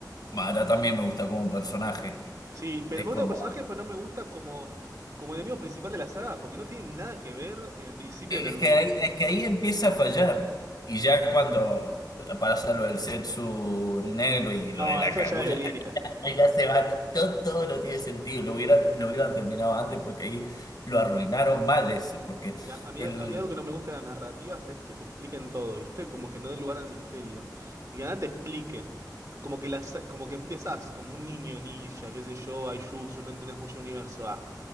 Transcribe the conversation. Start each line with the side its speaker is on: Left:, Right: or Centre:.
Left: Madara también me gusta como personaje.
Right: Sí, pero
Left: Es
Right: me
Left: como,
Right: gusta el personaje, pero no me gusta como como enemigo principal de la saga porque no tiene nada que ver el principio
Left: eh,
Right: de Naruto.
Left: es que ahí, es que ahí empieza a fallar. Y ya cuando para hacer lo del Zetsu negro y lo
Right: No,
Left: de la
Right: eso
Left: Kaguya,
Right: ya es delirio.
Left: Oiga, se va, todo, todo no tiene sentido, lo hubieran, lo hubieran terminado antes porque ahí lo arruinaron mal eso, porque
Right: Y a, a mí,
Left: el,
Right: a mí algo que no me gusta de las narrativas es que te expliquen todo, ¿viste? Como que no den lugar al misterio. Y que nada te expliquen. Como que las, como que empezás como un niño ninja, qué sé yo, Aijutsu, no entendés mucho el universo. Ah,